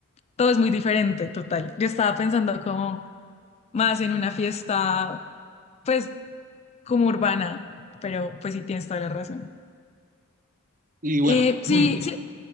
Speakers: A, on the left; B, on the right.
A: todo es muy diferente, total. Yo estaba pensando como más en una fiesta, pues como urbana, pero pues sí tienes toda la razón.
B: Y bueno,
A: Eh, sí,
B: <clears throat>
A: sí,